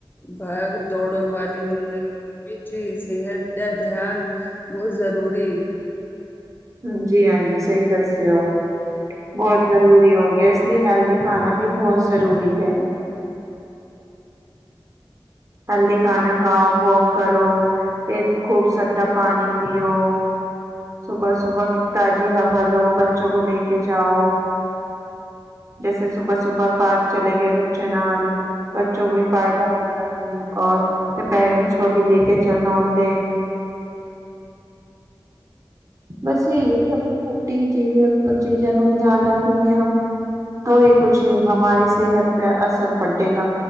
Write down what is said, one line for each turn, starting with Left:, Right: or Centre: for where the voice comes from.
Left: ਭਾਗ- ਦੌੜੇ ਵਾਲੀ ਜ਼ਿੰਦਗੀ ਵਿਚ ਜੀ ਸਿਹਤ ਦਾ ਧਿਆਨ ਬਹੁਤ ਜ਼ਰੂਰੀ
Right: ਹਾਂਜੀ, ਹਾਂਜੀ ਸਹੀ ਦੱਸਿਓ ਬਹੁਤ ਜ਼ਰੂਰੀ ਹੋ ਗਿਆ ਇਸ ਲਈ ਹੈਲਦੀ ਖਾਣਾ ਵੀ ਬਹੁਤ ਜ਼ਰੂਰੀ ਹੈ। ਹਲਦੀ ਖਾਨਾ ਖਾਓ ਵੋਕ ਕਰੋ ਤੇ ਖੂਬ ਸਾਡਾ ਪਾਣੀ ਪੀਓ ਸੁਬਹ, ਸੁਬਹ ਕੀ ਤਾਜ਼ੀ ਹਵ ਲੋ। ਬੱਚੋ ਕੋ ਲੈ ਕੇ ਜਾਓ। ਜੈਸੇ ਸੁਬਾਹ, ਸੁਬਾਹ ਪਾਰਕ ਚਲੇ ਗਏ ਬੱਚੇ ਨਾਲ ਬੱਚੋਂ ਵੀ, ਵੀ ਫਾਇਦਾ ਹੋਦਾ ਓਰ ਤੇ ਪੇਰੈਂਟਸ ਕੋ ਵੀ ਲੈ ਕੇ ਚਲ ਆਦੇ ਬਸ ਇਹੀ ਹੈ ਛੋ ਛੋਟੀ ਚ ਚੀਜ਼ਾਂ ਨੂੰ ਧਿਆਨ ਰੱਖਣਗੇ ਹਮ ਤੋਂ ਹੀ ਕੁਛ ਵੀ ਹਮਾਰੀ ਸਿਹਤ ਪੇ ਅਸਰ ਪੜੇਗਾ